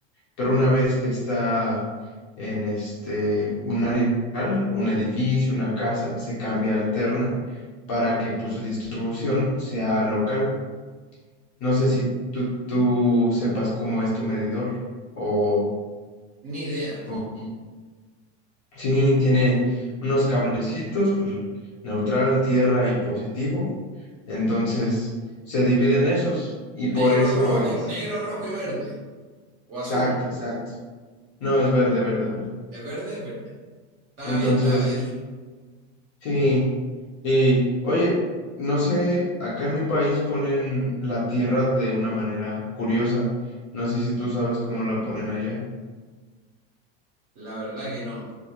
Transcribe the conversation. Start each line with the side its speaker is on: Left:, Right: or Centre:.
Left: pero una vez que está en este, un área, un edificio, una casa, se cambia alterna para que pues, su distribución sea local. No sé si tú, tú sepas cómo es tu medidor o,
Right: Ni idea.
Left: o- sí, tiene unos cablecitos, pues, neutral, tierra y positivo. Entonces se dividen esos y por
Right: Negro,
Left: eso
Right: rojo,
Left: es...
Right: negro, rojo y verde. O azul.
Left: Exacto, exacto. No, es verde, verde, verde.
Right: ¿Es verde? Es verde. Estaba
Left: Entonces...
Right: bien, estaba bien.
Left: Sí, y oye, no sé, acá en mi país ponen la tierra de una manera curiosa. No sé si tú sabes cómo la ponen allá.
Right: La verdad que no.